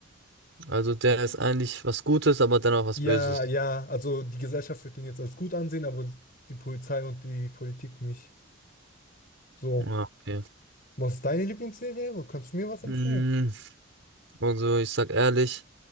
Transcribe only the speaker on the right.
Also der ist eigentlich was Gutes, aber dann auch was
Böses.
Ja, okay.
Hm, also ich sag ehrlich.